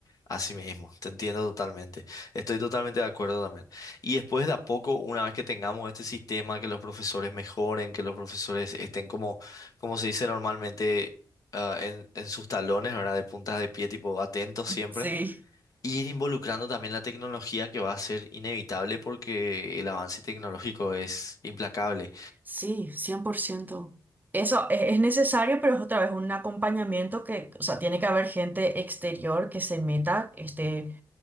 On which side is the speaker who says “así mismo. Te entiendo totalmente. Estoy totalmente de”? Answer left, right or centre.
Left